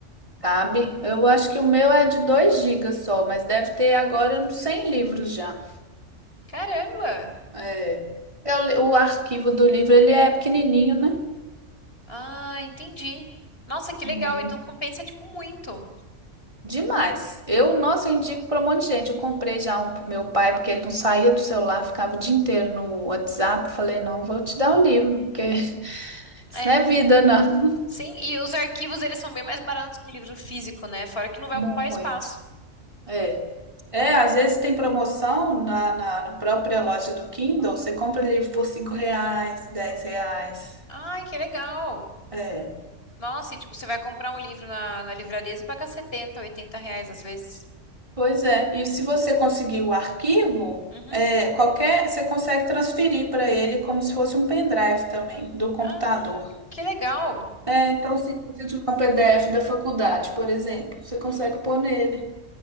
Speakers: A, on the right; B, on the left.
A: sabe? Eu acho que o meu é de 2 gigas só, mas deve ter agora uns 100 livros já.
B: Caramba.
A: É. Eu li- o arquivo do livro ele é pequenininho, né?
B: Ah, entendi. Nossa, que legal.
A: É.
B: Então compensa tipo muito.
A: Demais. Eu, nossa, eu indico para um monte de gente. Eu comprei já um pro meu pai, porque ele não saía do celular, ficava o dia inteiro no WhatsApp. Falei, não, vou te dar o livro, porque <laughs> isso
B: É.
A: não é vida, não.
B: Sim, e os arquivos eles são bem mais baratos que um livro físico, né? Fora que
A: <laughs>
B: não vai
A: Muito.
B: ocupar espaço.
A: É. É, às vezes tem promoção na, na, na própria loja do Kindle. Você compra livro por 5 reais, dez reais.
B: Ai, que legal.
A: É.
B: Nossa, e tipo, você vai comprar um livro na, na livraria, você paga 70, 80 reais às vezes.
A: Pois é. E se você conseguir o arquivo,
B: Uhum.
A: é, qualquer, você consegue transferir para ele como se fosse um pendrive também, do computador.
B: Ah, que legal.
A: É, Então, se você tiver um PDF da faculdade, por exemplo, você consegue
B: Uhum.
A: pôr nele.